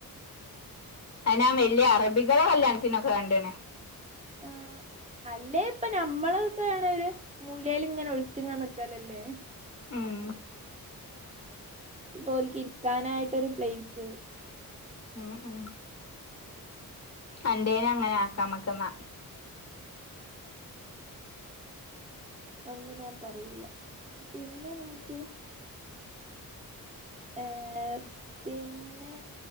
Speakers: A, on the left; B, on the right.
A: അയ്നാവൽയാ അറബികളുടെ കല്യാണത്തിനൊക്കെ കണ്ടാണ്
B: ആ. അല്ലേ ഇപ്പ നമ്മളൊക്കെയ ആണര് മൂലേൽ ഇങ്ങനെ ഒളിച്ചിങ്ങനാ നിക്കലല്ലേ?
A: ഉം..
B: ഇ പോല് ക്ക് ഇരിക്കാനായിട്ടൊരു പ്ലേസ്.
A: ഉം ഉം അന്റെയ്ന് അങ്ങനെ ആക്കാ ഞ മക്ക് ന്ന?
B: ഒന്നും ഞാൻ പറയില്ല പിന്നെ നമുക്ക് ഏ പിന്നെ